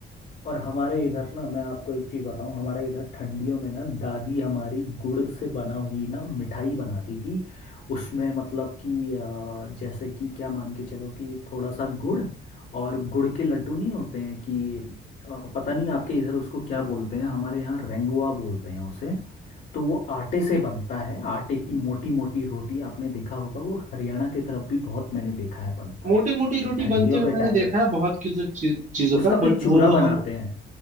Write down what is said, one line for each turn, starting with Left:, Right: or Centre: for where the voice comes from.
Left: और हमारे इधर ना मैं आपको एक चीज बताऊं हमारे इधर ठंडियों में ना दादी हमारी गुड़ से बना हुई ना मिठाई बनाती थी उसमें मतलब कि अ, जैसे कि क्या मान के चलो कि थोड़ा सा गुड़ और गुड़ के लड्डू नहीं होते हैं कि अ, पता नहीं आपके इधर उसको क्या बोलते हैं हमारे यहाँ रेंगुआ बोलते हैं उसे तो वो आटे से बनता है आटे की मोटी मोटी रोटी आपने देखा होगा वो हरियाणा की तरफ भी बहुत मैंने देखा है बनता
Right: मोटी
Left: है
Right: मोटी रोटी
Left: तो ठंडियों
Right: बनते हुए
Left: के
Right: मैंने
Left: टाइम
Right: देखा
Left: पे
Right: है बहुत किसी चीजों का
Left: उसका फिर
Right: बट
Left: चूरा
Right: वो
Left: बनाते
Right: हम
Left: हैं